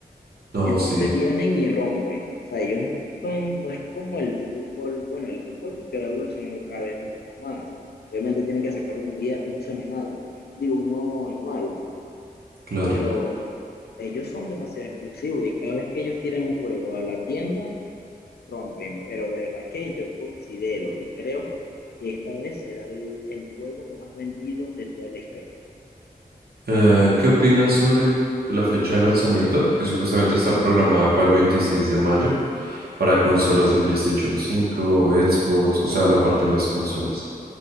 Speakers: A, on the right; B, on the left.
A: No,
B: Entonces
A: sí,
B: vienen y rompen. O sea, ellos son, no es como el fútbol. Bueno, el fútbol porque va evolucionando cada vez un poco más. Obviamente tienen que sacar uno, día, uno semanal, digo, uno anual,
A: claro.
B: pero ellos son demasiado exclusivos y cada vez que ellos tiran un juego a la tienda, rompen, pero de verdad que yo considero y creo que esta vez será el, el juego más vendido de toda la historia.
A: Eh, ¿qué opinas sobre la fecha de lanzamiento? Que supuestamente está programada para el 26 de mayo para consolas de PlayStation 5, Xbox, o sea, la parte de las consolas.